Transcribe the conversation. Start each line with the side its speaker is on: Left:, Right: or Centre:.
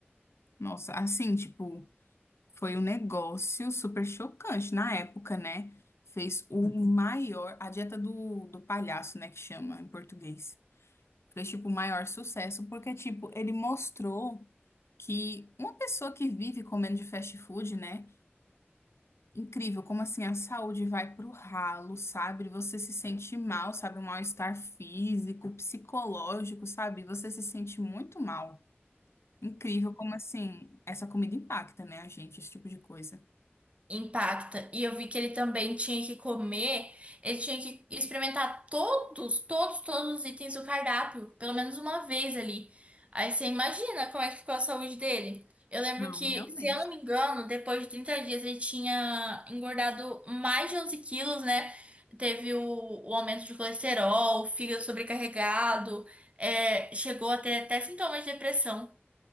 Left: Nossa, assim, tipo. Foi um negócio super chocante na época, né? Fez o maior, a dieta do, do palhaço, né, que chama em português. Fez, tipo, o maior sucesso, porque, tipo, ele mostrou que uma pessoa que vive comendo de fast food, né? Incrível, como assim a saúde vai pro ralo, sabe? Você se sente mal, sabe? Um mal-estar físico, psicológico, sabe? Você se sente muito mal. Incrível como assim essa comida impacta, né, a gente, esse tipo de coisa.
Right: Impacta. E eu vi que ele também tinha que comer, ele tinha que experimentar todos, todos, todos os itens do cardápio, pelo menos uma vez ali. Aí você imagina como é que ficou a saúde dele. Eu lembro
Left: Não,
Right: que,
Left: realmente.
Right: se eu não me engano, depois de 30 dias ele tinha engordado mais de 11 quilos, né? Teve o, o aumento de colesterol, o fígado sobrecarregado, é, chegou a ter até sintomas de depressão.